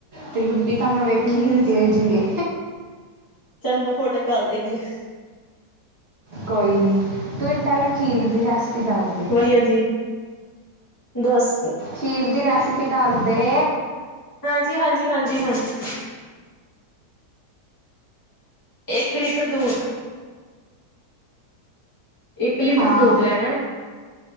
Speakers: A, on the right; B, on the left.
A: ਤੇਰੀ ਬੀਬੀ ਤਾਂ ਮੈਂ ਵੇਖੀ
B: ਹੂੰ
A: ਨੀ ਕਿ ਜੀਏ
B: ਚੱਲ ਮੈਂ ਫੋਟੋ ਖ ਦਿੰਦੀ ਹਾਂ
A: ਕੋਈ ਨਹੀਂ ਤੂੰਨੂੰ ਪਹਿਲਾਂ ਖੀਰ ਦੀ ਰੈਸਪੀ ਦੱਸਦੇ
B: ੀ ਜੀ ਦਸ
A: ਖੀਰ ਦੀ ਰੈਸਿਪੀ ਦੱਸ ਦੇ
B: ਹਾਂਜੀ ਹਾਂਜੀ ਹਾਂਜੀ ਹਾਂਜੀ ਇੱਕ ਲੀਟਰ ਦੂਧ ਇੱਕ ਲੀਟਰ
A: ਹਾਂ
B: ਦੁੱਧ ਲੈਣਾ